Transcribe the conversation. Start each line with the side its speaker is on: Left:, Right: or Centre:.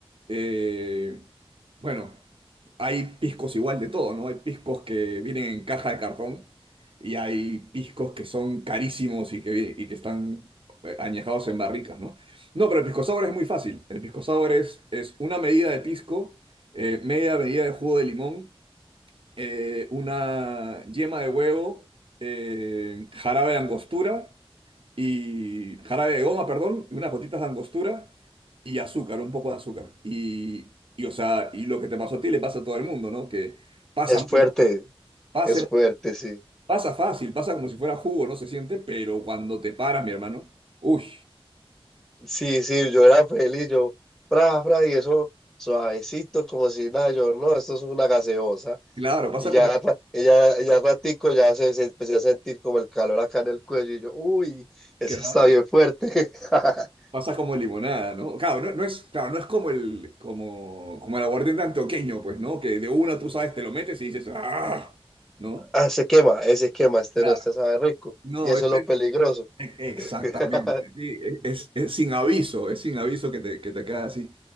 Right: Eh, bueno, hay piscos igual de todo, ¿no? Hay piscos que vienen en caja de cartón y hay piscos que son carísimos y que, vi- y que están eh, añejados en barricas, ¿no? No, pero el pisco sour es muy fácil. El pisco sour es, es una medida de pisco, eh, media medida de jugo de limón eh, una yema de huevo, eh, jarabe de angostura y jarabe de goma, perdón, y unas gotitas de angostura y azúcar, un poco de azúcar. Y, y, o sea, y lo que te pasó a ti le pasa a todo el mundo, ¿no? Que pasa
Centre: Es fuerte,
Right: muy, pasa,
Centre: Es
Right: muy-
Centre: fuerte, sí.
Right: pasa fácil, pasa como si fuera jugo, no se siente, pero cuando te paras, mi hermano, uy,
Centre: Sí, sí, yo era feliz, yo, fra, fra, y eso suavecito, como si nada, yo, no, esto es una gaseosa.
Right: claro, pasa
Centre: Y ya,
Right: como...
Centre: ra- y ya, ya ratico, ya se, se empecé a sentir como el calor acá en el cuello, y yo, uy, eso
Right: claro,
Centre: está bien fuerte. <laughs>
Right: Pasa como limonada, ¿no? Claro, no, no es, claro, no es como el, como, como el aguardiente antioqueño, pues, ¿no? Que de una tú sabes, te lo metes y dices, ¡ah! ¿No?
Centre: Ah, se quema, ese quema, este
Right: Claro.
Centre: no, este sabe rico.
Right: No,
Centre: Y eso
Right: este,
Centre: es lo peligroso.
Right: e- exactamente.
Centre: <laughs>
Right: sí, e, es, es sin aviso, es sin aviso que te, que te queda así.